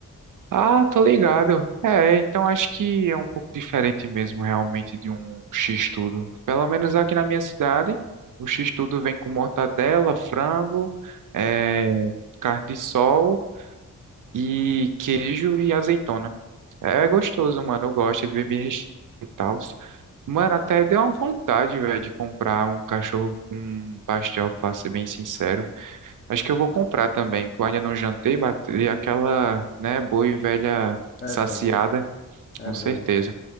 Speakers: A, on the right; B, on the left.
A: Ah, tô ligado. É, então acho que é um pouco diferente mesmo, realmente, de um X-tudo. Pelo menos aqui na minha cidade, o X-tudo vem com mortadela, frango, é, carne de sol e queijo e azeitona. É gostoso, mano. Eu gosto, ele vem bem recheado e tal. Mano, até deu uma vontade, velho, de comprar um cachorro com um pastel, pra ser bem sincero. Acho que eu vou comprar também, que eu ainda não jantei, bater aquela, né, boa e velha
B: É
A: saciada,
B: bom, é
A: com
B: bom.
A: certeza.